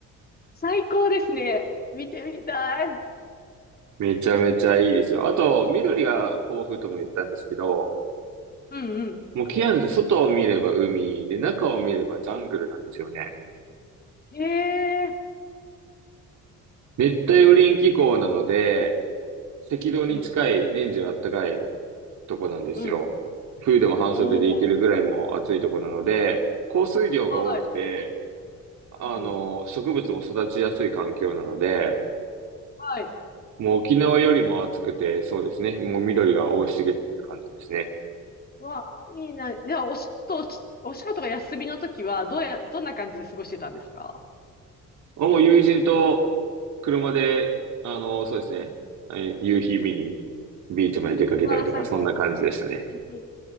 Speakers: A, on the left; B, on the right.
A: 最高ですね。見てみたい。うん
B: めちゃめちゃいいですよ。あと、緑が豊富とも言ったんですけど、
A: うん。
B: もうキアヌズ外を見れば海で、中を見ればジャングルなんですよね。
A: へえ。
B: 熱帯雨林気候なので、
A: いいな
B: 赤道に近い年中暖かい
A: ーうん
B: とこなんですよ。
A: うん。うん。
B: 冬でも半袖でいけるぐらいもう暑いとこなので、
A: おー。
B: 降水量が多くて、
A: はい。
B: あの、
A: うんうん
B: 植物も育ちやすい環境なので、
A: はい。
B: もう沖縄よりも暑くて、そうですね。もう緑が生い茂ってる感じですね。
A: わあ、いいな。じゃあ、お仕事、お仕事が休みの時は、どうや、どんな感じで過ごしてたんですか
B: あもう友人と車で、あの、そうですね。
A: うん
B: え夕日見にビーチまで出かけたりとか、
A: わあ、最高。
B: そんな感じでしたね。
A: うんうん